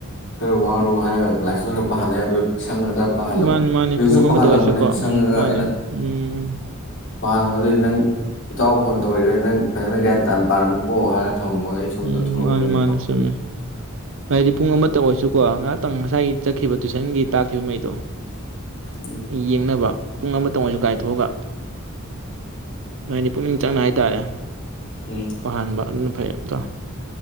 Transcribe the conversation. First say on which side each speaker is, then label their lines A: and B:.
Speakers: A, on the left; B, on the right.
A: ꯈꯔ ꯋꯥꯔꯣ ꯍꯥꯏꯔꯒ ꯂꯥꯏꯁꯦꯟꯁ ꯍꯥꯞꯄ ꯍꯅ ꯑꯗꯨ ꯁꯪꯉ ꯈꯔ ꯄꯥꯍꯜꯂꯝꯃꯤ
B: ꯃꯥꯅꯤ ꯃꯥꯅꯤ
A: ꯍꯧꯖꯤꯛꯁꯨ
B: ꯄꯨꯡ ꯑꯃꯇ
A: ꯄꯥꯍꯜꯂꯝꯕꯅꯤ
B: ꯑꯣꯏꯔꯁꯨꯀꯣ ꯎꯝ
A: ꯁꯪꯉꯒ
B: ꯃꯥꯅꯤ
A: ꯑꯩꯅ
B: ꯎꯝ
A: ꯄꯥꯍꯜꯂꯝꯕ ꯑꯗꯨꯩ ꯅꯪ ꯏꯇꯥꯎ ꯐꯣꯟ ꯇꯧꯔꯛꯏꯗ ꯅꯪ ꯐꯖꯅ ꯒ꯭ꯌꯥꯟ ꯇꯥꯔꯝꯨꯀꯣ ꯍꯥꯏꯔ ꯊꯝꯃꯒ ꯑꯩ ꯁꯣꯝꯗ
B: ꯎꯝ
A: ꯊꯣꯛꯂꯛꯄꯅꯤ
B: ꯃꯥꯅꯤ
A: ꯅꯠꯇ꯭ꯔꯣ
B: ꯃꯥꯅꯤ ꯆꯨꯝꯃꯤ ꯍꯥꯏꯗꯤ ꯄꯨꯡ ꯑꯃ ꯉꯥꯛꯇꯪ ꯑꯣꯏꯁꯨꯀꯣ ꯉꯍꯥꯛꯇꯪ ꯉꯁꯥꯏꯒꯤ ꯆꯠꯈꯤꯕ ꯇꯨꯏꯁꯟꯒꯤ ꯇꯥꯈꯤꯕꯉꯩꯗꯣ
A: ꯎꯝ
B: ꯌꯦꯡꯅꯕ ꯄꯨꯡ ꯑꯃꯇꯪ ꯑꯣꯏꯁꯨ ꯀꯥꯏꯊꯣꯛꯑꯒ ꯍꯥꯏꯗꯤ ꯄꯨꯛꯅꯤꯡ ꯆꯪꯅ ꯍꯥꯏꯇꯥꯔꯦ
A: ꯎꯝ
B: ꯐꯥꯟꯕ ꯐꯩꯕꯗ